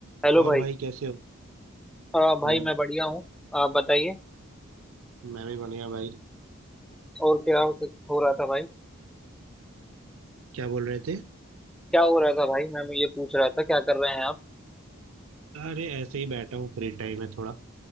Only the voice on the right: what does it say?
और
भाई कैसे हो
बस
मैं भी बढ़िया भाई
क्या बोल रहे थे
अरे ऐसे ही बैठा हूँ फ्री टाइम है थोड़ा